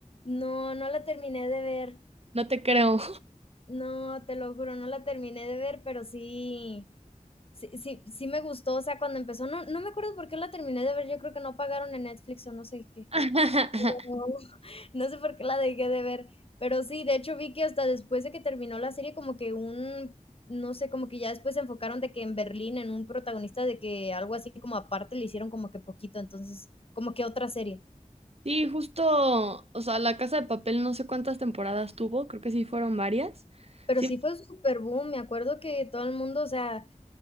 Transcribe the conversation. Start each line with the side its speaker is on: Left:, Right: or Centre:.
Left: No, no la terminé de ver.
Right: No te creo.
Left: No, te lo juro, no la terminé de ver, pero sí sí sí sí me gustó, o sea, cuando empezó, no no me acuerdo por qué la terminé de ver, yo creo que no pagaron en Netflix o no sé qué.
Right: <laughs>
Left: No, <laughs> no sé por qué la dejé de ver, pero sí, de hecho vi que hasta después de que terminó la serie como que un no sé, como que ya después se enfocaron de que en Berlín, en un protagonista, de que algo así como aparte le hicieron como que poquito, entonces, como que otra serie.
Right: Sí, justo, o sea, La Casa de Papel no sé cuántas temporadas tuvo, creo que sí fueron varias.
Left: Pero
Right: Sí,
Left: sí fue súper boom, me acuerdo que todo el mundo, o sea,